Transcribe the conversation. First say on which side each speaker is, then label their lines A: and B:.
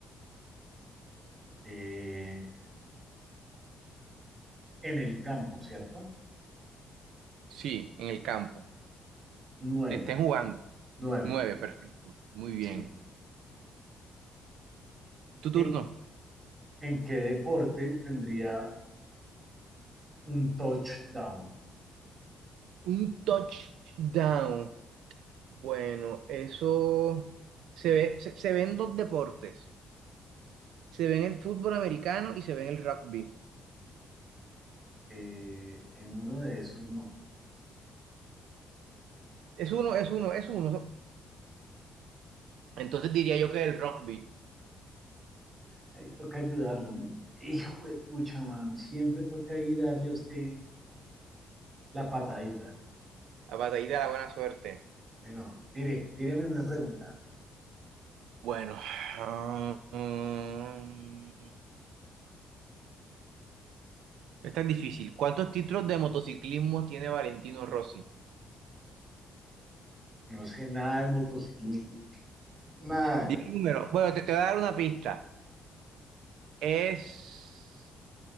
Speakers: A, on the right; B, on the right.
A: Eh, en el campo, ¿cierto?
B: Sí, en el campo.
A: Nueve.
B: Que estén jugando.
A: Nueve.
B: Nueve, perfecto. Muy bien.
A: Sí.
B: Tu
A: ¿En,
B: turno.
A: en qué deporte tendría un touchdown?
B: Un touchdown. Bueno, eso se ve, se, se ven dos deportes. Se ven el fútbol americano y se ven el rugby.
A: Eh, en uno de esos no.
B: Es uno, es uno, es uno. Entonces diría yo que el rugby.
A: Ahí toca ayudarlo, ¿no? Hijo de pucha, mano. Siempre toca ahí darle a usted la patadita.
B: La batallita de la buena suerte.
A: Bueno, tire, tíreme una pregunta.
B: Bueno. ah, mm, esta es difícil. ¿Cuántos títulos de motociclismo tiene Valentino Rossi?
A: No sé nada de motociclismo. Nada.
B: Di
A: güey.
B: un número. Bueno, te, te voy a dar una pista. Es